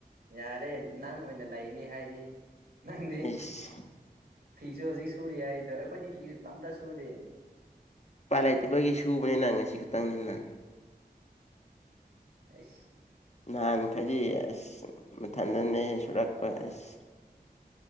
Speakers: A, on the right (about 75°); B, on the left (about 45°).
A: ꯌꯥꯔꯦ ꯅꯪ ꯑꯣꯏꯅ ꯑꯣꯏꯅ ꯂꯩꯅꯤ ꯍꯥꯏꯗꯤ ꯅꯪꯗꯤ
B: ꯏꯁ
A: ꯐꯤꯁꯨ ꯍꯧꯖꯤꯛ ꯁꯨꯔꯤ ꯍꯥꯏꯗꯣ ꯑꯩꯈꯣꯏꯗꯤ ꯐꯤꯁꯨ ꯑꯝꯇ ꯁꯨꯗꯦ
B: ꯎꯄꯥꯏ ꯂꯩꯇꯕꯒꯤ ꯁꯨꯕꯅꯤꯅ ꯉꯁꯤ ꯈꯛꯇꯪꯅꯤꯅ
A: ꯑꯦ
B: ꯅꯍꯥꯟ ꯈꯩꯗꯤ ꯑꯁ ꯃꯊꯟꯗꯅꯦ ꯁꯨꯔꯛꯄ ꯑꯁ